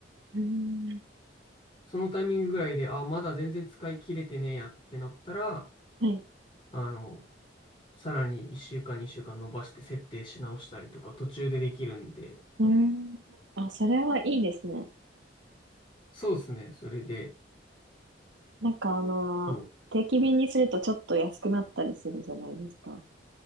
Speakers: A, on the right; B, on the left.
A: うーん。
B: そのタイミングぐらいで、あ、まだ全然使い切れてねえやってなったら、
A: はい。
B: あの、さらに1週間、2週間伸ばして設定し直したりとか途中でできるんで、
A: うーん。あ、それはいいですね。
B: そうですね。それで、
A: なんかあの、
B: もう、
A: 定期便にするとちょっと安くなったりするじゃないですか。